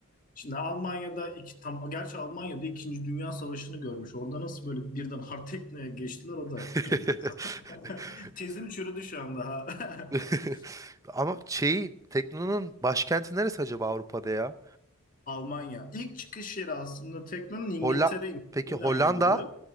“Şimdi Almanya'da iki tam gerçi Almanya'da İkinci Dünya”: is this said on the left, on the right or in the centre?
Left